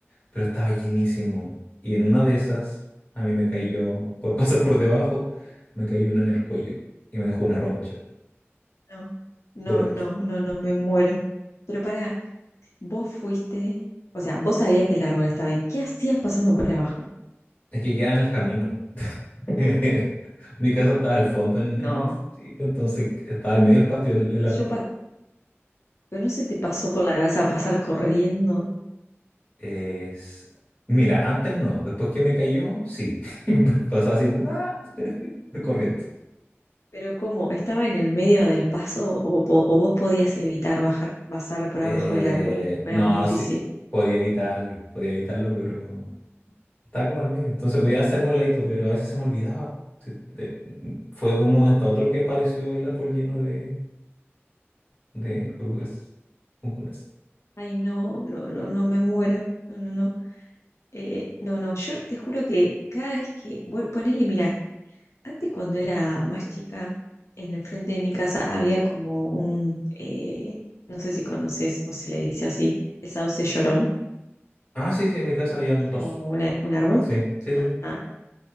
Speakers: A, on the left; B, on the left.
A: pero estaba llenísimo. Y en una de esas a mí me cayó, por <laughs> pasar por debajo, me cayó una en el cuello y me dejó una roncha
B: No, no,
A: dolorosa.
B: no, no, no, me muero. Pero pará, vos fuiste, o sea, vos sabías que el árbol estaba ahí. ¿Qué hacías pasando por abajo?
A: Es que queda en el camino. <laughs> Mi casa estaba al fondo en,
B: No,
A: en el sitio, entonces estaba al medio del patio el, el árbol.
B: yo, pa- pero no se te pasó por la cabeza pasar corriendo.
A: Es- Mira, antes no, después que me cayó, sí. <laughs> Pasaba así como ¡ah! <laughs> corriendo.
B: Pero ¿cómo? ¿Estaba en el medio del paso o, po- o vos podías evitar bajar, pasar por
A: Eh,
B: abajo del árbol? ¿O
A: no,
B: Era muy difícil.
A: sí, podía evitarlo, podía evitarlo, pero estaba como al medio. Entonces podía hacerme un ladito, pero a veces se me olvidaba. Sí, de- fue de un momento a otro que apareció el árbol lleno de, de orugas, cuncunas.
B: Ay, no, no, no, no, me muero. No, no, no. Eh, no, no, yo te juro que cada vez que, vos- ponele, mirá, Antes, cuando era más chica, en el frente de mi casa había como un, eh, no sé si conoces o se le dice así, el sauce llorón,
A: Ah, sí, sí, en mi casa habían
B: que
A: dos.
B: es como una- un árbol.
A: Sí, sí, sí, sí.
B: Ah,